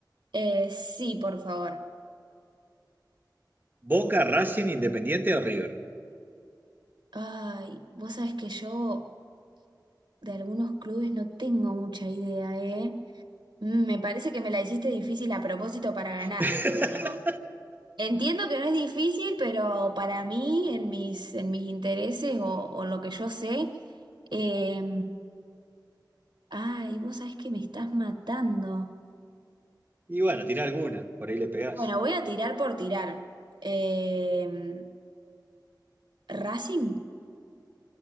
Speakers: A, on the right; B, on the right.
A: Eh, sí, por favor.
B: Boca, Racing, Independiente o River.
A: Ay, vos sabés que yo de algunos clubes no tengo mucha idea, ¿eh? Mm, me parece que me la hiciste difícil a propósito para ganarme,
B: <laughs>
A: Julio. Entiendo que no es difícil, pero para mí, en mis, en mis intereses o, o lo que yo sé, eh, ay, vos sabés que me estás matando.
B: Y bueno, tira alguna, por ahí le pegás.
A: Bueno, voy a tirar por tirar. Eh, ¿Racing?